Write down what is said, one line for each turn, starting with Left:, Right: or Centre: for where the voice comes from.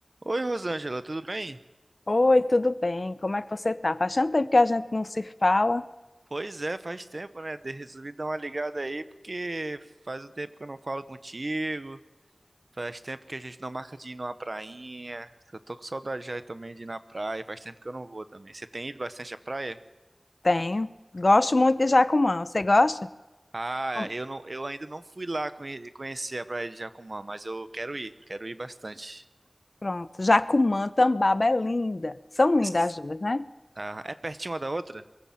Right: Oi, Rosângela, tudo bem?
Left: Oi, tudo bem? Como é que você tá? Faz tanto tempo que a gente não se fala.
Right: Pois é, faz tempo, né? De- Resolvi dar uma ligada aí porque faz um tempo que eu não falo contigo, faz tempo que a gente não marca de ir numa prainha. Eu tô com saudade já também de ir na praia, faz tempo que eu não vou também. Você tem ido bastante à praia?
Left: Tenho. Gosto muito de Jacumã. Você gosta?
Right: Ah,
Left: Com-
Right: eu não, eu ainda não fui lá conhe- conhecer a praia de Jacumã, mas eu quero ir, quero ir bastante.
Left: Pronto. Jacumã, Tambaba é linda. São lindas
Right: S-
Left: as duas, né?
Right: Ah, é pertinho uma da outra?